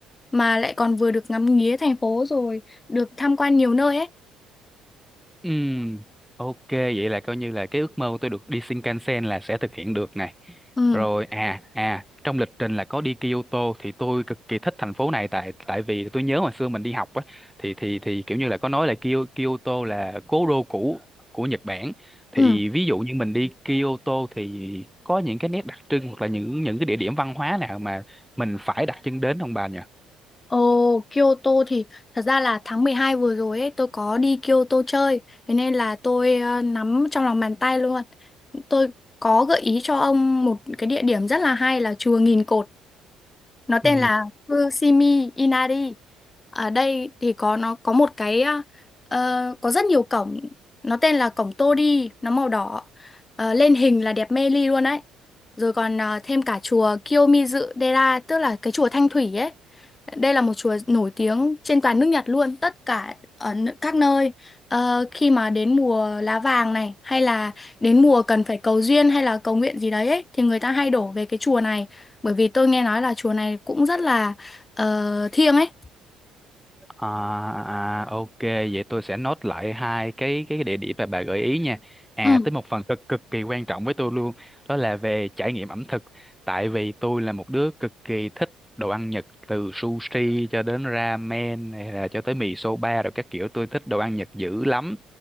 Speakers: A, on the left (about 25°); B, in the centre.
A: mà lại còn vừa được ngắm nghía thành phố rồi được tham quan nhiều nơi ấy.
B: Ừm, ok vậy là coi như là cái ước mơ của tôi được đi Shinkansen là sẽ thực hiện được này.
A: Ừ,
B: Rồi à à trong lịch trình là có đi Kyoto thì tôi cực kỳ thích thành phố này tại tại vì tôi nhớ hồi xưa mình đi học á thì thì thì kiểu như là có nói là Kyo- Kyoto là cố đô cũ của Nhật Bản. Thì
A: ừ.
B: ví dụ như mình đi Kyoto thì có những cái nét đặc trưng hoặc là những những cái địa điểm văn hóa nào mà mình phải đặt chân đến không bà nhỉ?
A: Ồ, Kyoto thì thật ra là tháng 12 vừa rồi ấy tôi có đi Kyoto chơi, thế nên là tôi ờ, nắm trong lòng bàn tay luôn. Tôi có gợi ý cho ông một cái địa điểm rất là hay là chùa Nghìn Cột. nó tên
B: Ừ,
A: là Fushimi Inari ở đây thì có nó có một cái ờ, ờ, có rất nhiều cổng nó tên là cổng Tori nó màu đỏ Ờ, lên hình là đẹp mê ly luôn đấy rồi còn ờ, thêm cả chùa Kiyomizu Dera tức là cái chùa Thanh Thủy ấy đây là một chùa nổi tiếng trên toàn nước Nhật luôn tất cả ở n- các nơi Ờ, khi mà đến mùa lá vàng này hay là đến mùa cần phải cầu duyên hay là cầu nguyện gì đấy ấy, thì người ta hay đổ về cái chùa này bởi vì tôi nghe nói là chùa này cũng rất là ờ, thiêng ấy
B: À, à, ok vậy tôi sẽ nốt lại hai cái cái địa điểm mà bà gợi ý nha à
A: ừ.
B: tới một phần cực cực kỳ quan trọng với tôi luôn đó là về trải nghiệm ẩm thực tại vì tôi là một đứa cực kỳ thích đồ ăn Nhật từ sushi cho đến ramen hay là cho tới mì soba rồi các kiểu tôi thích đồ ăn Nhật dữ lắm